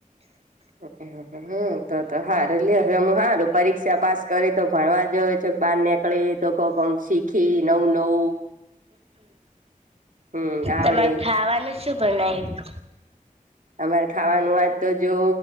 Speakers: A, on the right (about 70°); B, on the right (about 45°).
A: હમ તો તો હાર એટલે હવે હું સારું પરીક્ષા પાસ કરી તો ભણવા જો હોય છે. બહાર નીકળી તો કોમ <unintelligible> શીખી નવું નવું હમ આવડે
B: તમારે ખાવાનું શું બનાયુ
A: અમારે ખાવાનું વાત તો જો